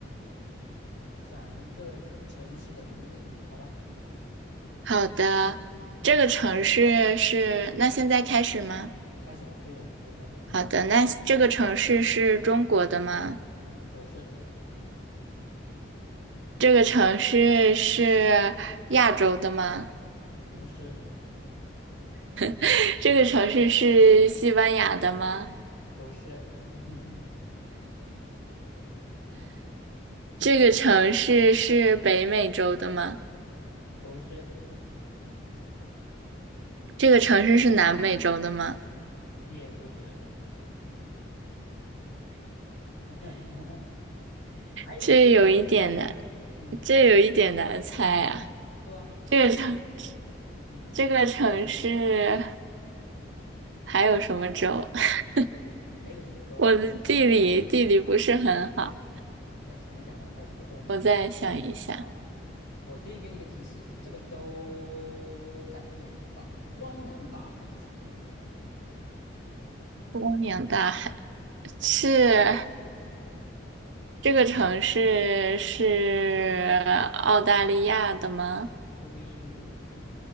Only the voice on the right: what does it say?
好的，
这个城市是，那现在开始吗？
好的，那这个城市是中国的吗？
这个城市是亚洲的吗？
<laughs> 这个城市是西班牙的吗？
这个城市是北美洲的吗？
这个城市是南美洲的吗？
这有一点难，
这有一点难猜啊。
这个城。
这个城市还有什么州？<laughs>
我的地理地理不是很好，
我再想一下。
汪洋大海是这个城市是澳大利亚的吗？